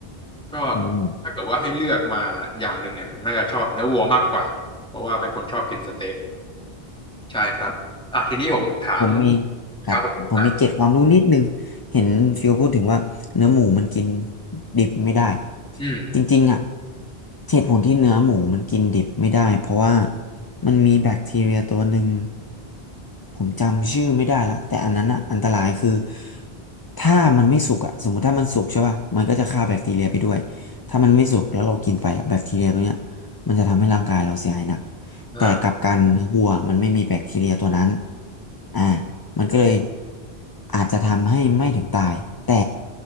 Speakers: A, in the centre; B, on the left.
A: ก็
B: อืม
A: ถ้าเกิดว่าให้เลือกมาอย่างหนึ่งเนี่ยผมน่าจะชอบเนื้อวัวมากกว่าเพราะว่าเป็นคนชอบกินสเต็ก ใช่ครับ อ่ะทีนี้ผมถาม
B: ผมมีครับผมมีเกร็ดความรู้นิดนึงเห็นฟิวพูดถึงว่าเนื้อหมูมันกิน
A: ครับผมอ่ะ
B: ดิบไม่ได้
A: อืม
B: จริงๆอ่ะเหตุผลที่เนื้อหมูมันกินดิบไม่ได้เพราะว่ามันมีแบคทีเรียตัวหนึ่งผมจำชื่อไม่ได้ละแต่อันนั้นอ่ะอันตรายคือถ้ามันไม่สุกอ่ะสมมติถ้ามันสุกใช่ป่ะมันก็จะฆ่าแบคทีเรียไปด้วยถ้ามันไม่สุกแล้วเรากินไปอะแบคทีเรียตัวเนี้ยมันจะทำให้ร่างกายเราเสียหายหนัก
A: อ่า
B: แต่กลับกันวัวมันไม่มีแบคทีเรียตัวนั้น
A: อืม
B: อ่ามันก็เลยอาจจะทำให้ไม่ถึงตายแต่